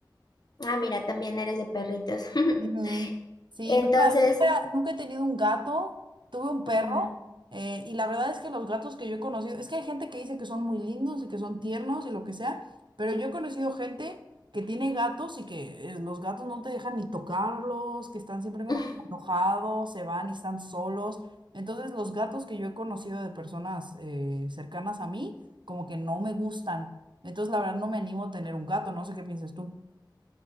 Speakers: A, on the left; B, on the right.
A: Ah, mira, también eres de perritos. <laughs>
B: Ujú. Sí,
A: Entonces,
B: nunca, nunca- nunca he tenido un gato, tuve un perro
A: mm,
B: eh, y la verdad es que los gatos que yo he conocido, es que hay gente que dice que son muy lindos y que son tiernos y lo que sea, pero yo he conocido gente que tiene gatos y que eh, los gatos no te dejan ni tocarlos, que están siempre como
A: <laughs>
B: enojados, se van y están solos. Entonces los gatos que yo he conocido de personas eh, cercanas a mí, como que no me gustan. Entonces la verdad no me animo a tener un gato, no sé qué piensas tú.